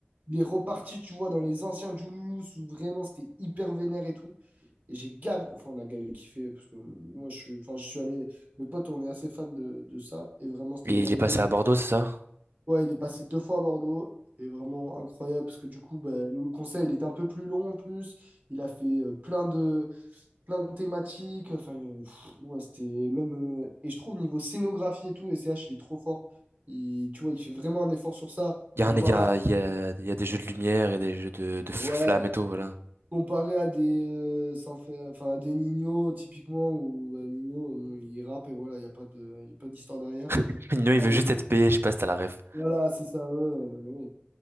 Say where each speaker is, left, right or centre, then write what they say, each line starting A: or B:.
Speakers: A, on the right; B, on the right.
A: il est reparti, tu vois, dans les anciens Julius où vraiment c'était hyper vénère et tout. Et j'ai gavé, enfin, on a gavé kiffé parce que moi, je suis, enfin, je suis allé, mes potes, on est assez fan de, de ça. Et vraiment, c'était
B: Et
A: une dinguerie.
B: il est passé à Bordeaux, c'est ça?
A: Ouais, il est passé deux fois à Bordeaux. Et vraiment incroyable parce que du coup, ben, le conseil il est un peu plus long en plus. Il a fait euh, plein de, plein de thématiques. Enfin, euh, pff, ouais, c'était même. euh, et je trouve, niveau scénographie et tout, S C H il est trop fort. Il, tu vois, il fait vraiment un effort sur ça.
B: Il y
A: Comparé
B: a un, il y a,
A: à,
B: il y a, il y a des jeux de lumière et des jeux de, de flammes
A: ouais,
B: et tout, voilà.
A: comparé à des, euh, sans faire, enfin, à des Nino, typiquement, ou à Nino, euh, bon, il rappe et voilà, il n'y a pas de, il y a pas d'histoire derrière.
B: <laughs> Non, il
A: Ah,
B: veut
A: euh,
B: juste être payé, je sais pas si t'as la ref.
A: Voilà, c'est ça. ouais, ouais, non, mais ouais,